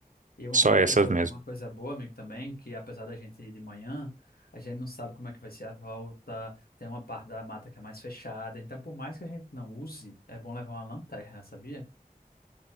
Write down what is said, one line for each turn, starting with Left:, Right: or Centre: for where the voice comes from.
Left: E uma
Right: Só essas
Left: coisa,
Right: mesmo.
Left: uma coisa boa, amigo, também, que apesar da gente ir de manhã, a gente não sabe como é que vai ser a volta. Tem uma parte da mata que é mais fechada. Então, por mais que a gente não use, é bom levar uma lanterna, sabia?